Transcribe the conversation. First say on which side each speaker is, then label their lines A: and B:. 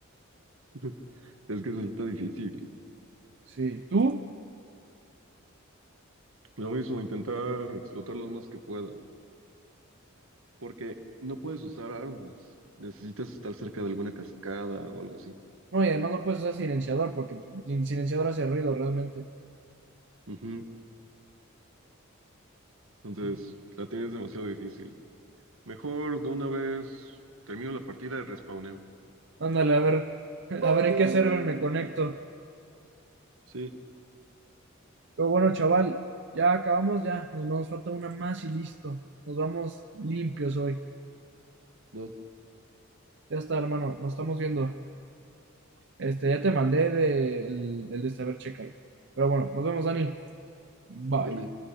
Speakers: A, on the right (about 75°); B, on the right (about 55°).
A: <laughs> Es que eso sí está difícil.
B: Sí, ¿tú?
A: Lo mismo, intentar explotar los más que pueda. Porque no puedes usar armas. Necesitas estar cerca de alguna cascada o algo así.
B: No, y además no puedes usar silenciador porque el silenciador hace ruido realmente.
A: Ujú. Entonces,
B: Sí.
A: la tienes demasiado difícil. Mejor de una vez termino la partida de respawneo.
B: Ándale, a ver, a ver en qué server me conecto.
A: Sí,
B: Pero bueno, chaval, ya acabamos, ya. Nos, nos falta una más y listo. Nos vamos limpios hoy.
A: no,
B: Ya está, hermano, nos estamos viendo. Este, ya te mandé de- el, el de saber checar. Pero bueno, nos vemos, Dani. Bye.
A: envío.